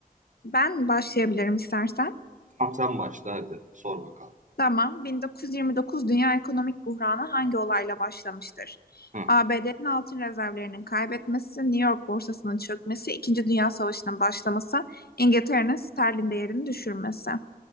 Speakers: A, on the left (about 85°); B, on the right (about 55°).
A: Ben başlayabilirim istersen.
B: Tamam sen başla hadi, sor bakalım.
A: Tamam. 1929 Dünya Ekonomik Buhranı hangi olayla başlamıştır?
B: Hı.
A: ABD'nin altın rezervlerinin kaybetmesi, New York borsasının çökmesi, İkinci Dünya Savaşı'nın başlaması, İngiltere'nin sterlin değerini düşürmesi.